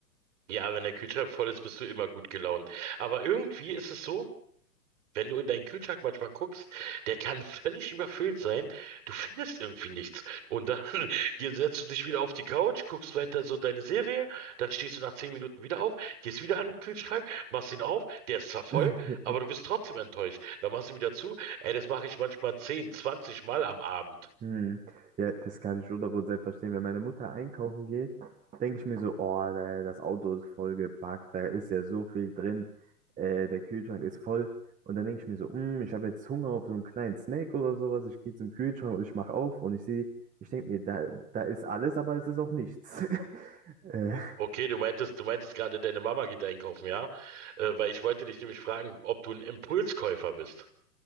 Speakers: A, on the right; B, on the right.
A: Ja, wenn der Kühlschrank voll ist, bist du immer gut gelaunt. Aber irgendwie ist es so, wenn du in deinen Kühlschrank manchmal guckst, der kann völlig überfüllt sein. Du findest irgendwie nichts. Und dann <laughs> hier setzt du dich wieder auf die Couch, guckst weiter so deine Serie, dann stehst du nach zehn Minuten wieder auf, gehst wieder an den Kühlschrank, machst ihn auf, der ist zwar voll,
B: <laughs>
A: aber du bist
B: <laughs>
A: trotzdem enttäuscht. Dann machst du ihn wieder zu. Ey, das mache ich manchmal zehn zwanzig Mal am Abend.
B: Hm. Ja, das kann ich hundert Prozent verstehen. Wenn meine Mutter einkaufen geht, denke ich mir so, oh, da- das Auto ist vollgepackt, da ist ja so viel drin, äh, der Kühlschrank ist voll. Und dann denke ich mir so, hm, ich habe jetzt Hunger auf so einen kleinen Snack oder sowas. Ich gehe zum Kühlschrank und ich mache auf und ich sehe, ich denke mir, da, da ist alles, aber es ist auch nichts. <laughs> äh,
A: Okay, du meintest, du meintest gerade, deine Mama geht einkaufen, ja? Äh, weil ich wollte dich nämlich fragen, ob du ein Impulskäufer bist.